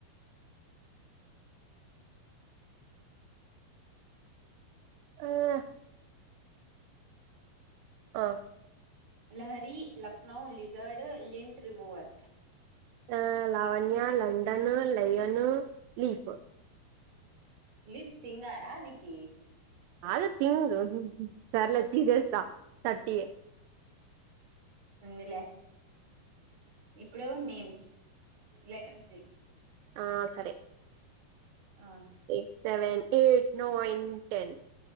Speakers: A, on the right; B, on the right.
A: ఆ ఆ
B: Lahari Lucknow lizard lint remover
A: ఆ లావణ్య లండన్ లయను లీఫ్
B: లిఫ్ట్ తింగారా అనీకి
A: అద తింగ్ సర్లే తీసేస్తా థర్టీ ఏ
B: ఉన్ని లే ఇప్పుడు నేమ్స్ లెటర్సీ
A: ఆ సరే
B: ఆ
A: six seven eight nine ten